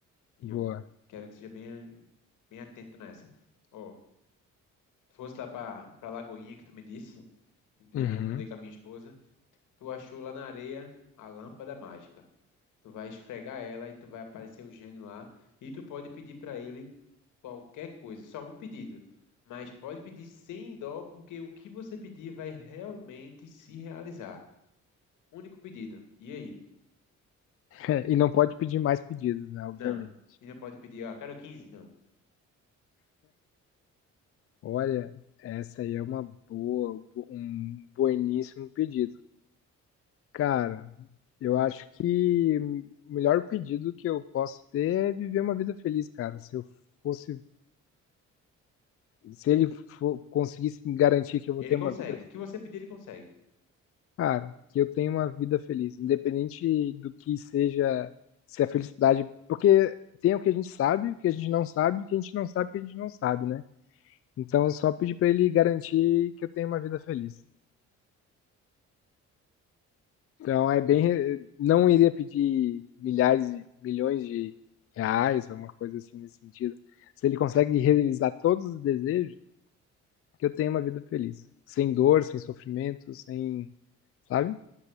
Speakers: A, on the left; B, on the left.
A: E
B: boa.
A: eu quero que seja bem, bem atento nessa. Ó, tu fosse lá pra, pra Lagoinha que tu me disse, eu
B: Uhum.
A: recomendei com a minha esposa. Tu achou lá na areia a lâmpada mágica. Tu vai esfregar ela e tu vai aparecer o gênio lá. E tu pode pedir para ele qualquer coisa, só um pedido. Mas pode pedir sem dó, porque o que você pedir vai realmente se realizar. Único pedido. E aí?
B: <laughs> e não pode pedir mais pedidos, né? Obviamente.
A: Não. E não pode pedir, ah, quero 15 Não.
B: Olha, essa aí é uma boa, um bueníssimo pedido. Cara, eu acho que o melhor pedido que eu posso ter é viver uma vida feliz, cara. Se eu fosse, se ele fo- conseguisse me garantir que eu vou
A: Ele
B: ter
A: consegue.
B: uma vida,
A: O que você pedir, ele consegue.
B: cara, que eu tenho uma vida feliz, independente do que seja, se a felicidade, porque tem o que a gente sabe, o que a gente não sabe, o que a gente não sabe, o que a gente não sabe, né? Então, só pedir pra ele garantir que eu tenho uma vida feliz. Então é bem. Não iria pedir milhares, e milhões de reais, alguma coisa assim nesse sentido. Se ele consegue realizar todos os desejos, que eu tenha uma vida feliz. Sem dor, sem sofrimento, sem. Sabe?